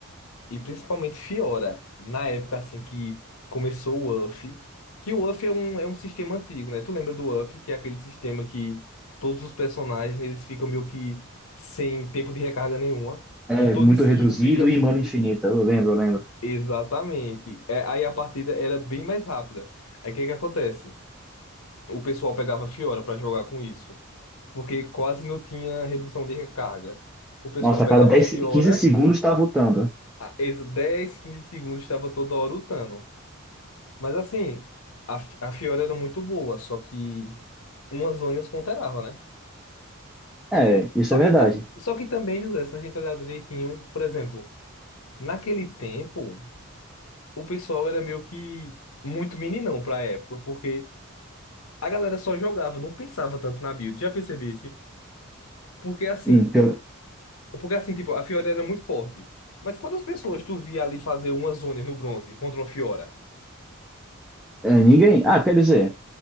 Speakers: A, on the left; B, in the centre.
A: e principalmente Fiora, na época assim que começou o UF, que o UF é um, é um sistema antigo, né? Tu lembra do UF, que é aquele sistema que todos os personagens eles ficam meio que sem tempo de recarga nenhuma,
B: É,
A: que toda
B: muito
A: skill
B: reduzido
A: fica. mu-
B: e mana infinita. Eu lembro, eu lembro.
A: Exatamente. É, aí a partida era bem mais rápida. Aí o que que acontece? O pessoal pegava Fiora pra jogar com isso. porque quase não tinha redução de recarga. O pessoal
B: Nossa,
A: pegava
B: a cada 10,
A: Fiora,
B: 15 segundos tá voltando.
A: a- ex- 10, 15 segundos estava toda hora lutando. Mas assim, a, F- a Fiora era muito boa, só que umas zonas counterava, né?
B: É, isso
A: Só
B: é verdade.
A: que, tam, só que também, José, se a gente olhar direitinho, por exemplo, naquele tempo, o pessoal era meio que muito meninão pra época, porque a galera só jogava, não pensava tanto na build, já percebesse? Porque assim,
B: Hum, pior-
A: Porque assim, tipo, a Fiora era muito forte. Mas quantas pessoas tu via ali fazer uma zona no bronze contra uma Fiora?
B: é, ninguém. Ah, quer dizer,